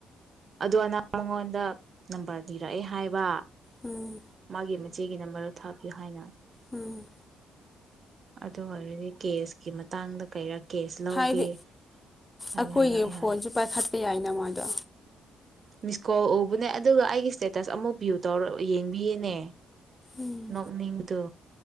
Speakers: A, on the right (about 45°); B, on the left (about 15°).
A: ꯑꯗꯨ ꯃꯉꯣꯟꯗ ꯅꯝꯕꯔ ꯅꯤꯔꯛꯑꯦ ꯍꯥꯏꯕ
B: ꯎꯝ
A: ꯃꯥꯒꯤ ꯃꯆꯦꯒꯤ ꯅꯝꯕꯔꯗꯨ ꯊꯥꯕꯤꯌꯨ ꯍꯥꯏꯅ
B: ꯎꯝ
A: ꯑꯗꯨ ꯑꯣꯏꯔꯗꯤ ꯀꯦꯁꯀꯤ ꯃꯇꯥꯡꯗ ꯀꯩꯔꯛ ꯀꯦꯁ ꯂꯧꯒꯦ
B: ꯍꯥꯏꯗꯤ
A: ꯍꯥꯏꯅ
B: ꯑꯩꯈꯣꯏꯒꯤ
A: ꯍꯥꯏꯔꯛꯑꯦ
B: ꯐꯣꯟꯁꯨ
A: ꯍꯥꯏ
B: ꯄꯥꯏꯈꯠꯄ ꯌꯥꯏꯅ ꯃꯗꯣ
A: ꯃꯤꯁꯀꯣꯜ ꯎꯕꯅꯦ ꯑꯗꯨꯒ ꯑꯩꯒꯤ ꯏꯁꯇꯦꯇꯁ ꯑꯃꯨꯛ ꯚ꯭ꯌꯨ ꯇꯧꯔ ꯌꯦꯡꯕꯤꯌꯦꯅꯦ
B: ꯎꯝ
A: ꯅꯣꯛꯅꯤꯡꯕꯗꯣ